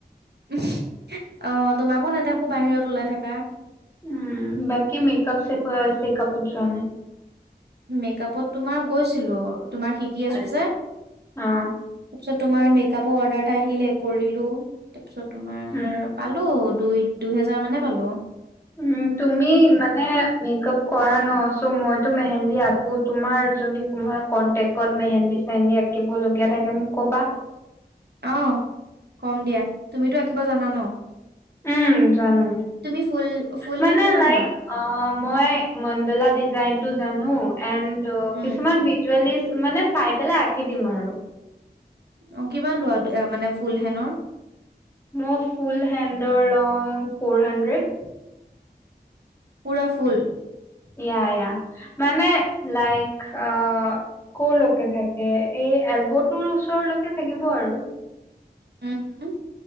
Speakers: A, on the right; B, on the left.
A: <unintelligible> অ, তোমাকো নেদেখো বাহিৰত ওলাই থাকা।
B: উম, বাকী মেকআপ চেপ চেকআপত যোৱা নাই?
A: মেকআপত তোমাৰ গৈছিলো তোমাৰ শিকি আছো
B: আচ্ছা।
A: যে। তাৰপিছত
B: অ
A: তোমাৰ মেকআপৰ অৰ্ডাৰ এটা আহিলে কৰিলো তাৰপিছত তোমাৰ
B: উম
A: পালো দুই, দুই হেজাৰ মানে পালোঁ।
B: উম, তুমি মানে মেকপ কৰা ন চ' মইতো মেহেন্দি আঁকো। তোমাৰ যদি কোনোবা কনটেক্টত মেহেন্দী চেহেন্দী আঁকিব লগীয়া থাকে মোক ক'বা।
A: অ, কম দিয়া তুমিতো আকিব জানা ন।
B: উম, জানম।
A: তুমি ফুল ফুল
B: মানে
A: হেন কিমান
B: লাইক
A: লোৱা
B: অ, মই মডলা ডিজাইন টো জানো এণ্ড দ
A: উম
B: কিছুমান ভিজুৱেলি মানে চাই পেলাই আকি দিম আৰু।
A: অ, কিমান লোৱা অ, মানে ফুল হেনৰ?
B: মই ফুল হেণ্ডৰ লও ফ'ৰ হাণ্ড্ৰেড।
A: পুৰাফুল
B: ইয়া - ইয়া মানে লাইক আহ, ক লৈকে থাকে এই এলব টোৰ ওচৰলৈকে থাকিব আৰু।
A: উম,